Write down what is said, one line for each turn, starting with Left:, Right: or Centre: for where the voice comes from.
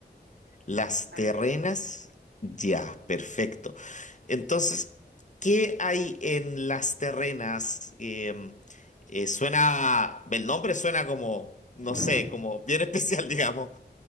Left: Las
Right: para
Left: terrenas,
Right: que veas.
Left: ya, perfecto. Entonces, ¿qué hay en las terrenas? Em, eh, suena, el nombre suena como, no
Right: <laughs>
Left: sé, como bien especial, <laughs> digamos.